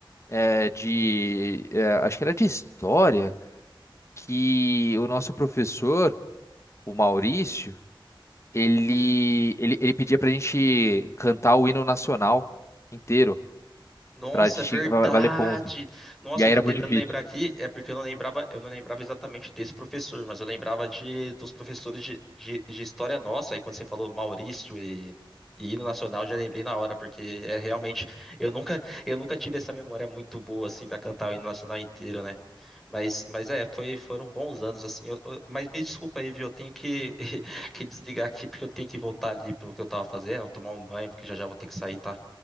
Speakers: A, on the left; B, in the centre.
A: é, de é, acho que era de história que o nosso professor, o Maurício, ele, ele, ele pedia pra gente cantar o hino nacional inteiro,
B: Nossa,
A: pra gente
B: é verdade.
A: va- valer ponto.
B: Nossa,
A: E aí
B: eu tô
A: era
B: tentando
A: muito difícil.
B: lembrar aqui, é porque eu não lembrava, eu não lembrava exatamente desse professor, mas eu lembrava de dos professores de, de, de história nossa. Aí quando você falou Maurício e, e hino nacional, eu já lembrei na hora, porque é realmente eu nunca eu nunca tive essa memória muito boa assim pra cantar o hino nacional inteiro, né? Mas mas é, foi foram bons anos assim. Eu- eu- mas me desculpa aí, viu? Eu tenho que <laughs> que desligar aqui porque eu tenho que voltar ali pro que eu tava fazendo, tomar um banho, porque já já vou ter que sair, tá?